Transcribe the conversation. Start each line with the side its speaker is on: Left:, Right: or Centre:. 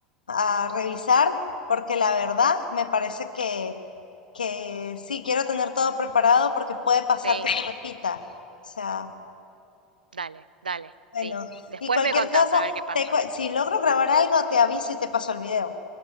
Left: a revisar porque la verdad me parece que, que sí, quiero tener todo preparado porque puede pasar
Right: Sí,
Left: que se repita. O sea,
Right: dale, dale,
Left: Bueno,
Right: sí. Después
Left: y cualquier
Right: me contás
Left: cosa,
Right: a ver qué pasa.
Left: te cue- si logro grabar algo, te aviso y te paso el video.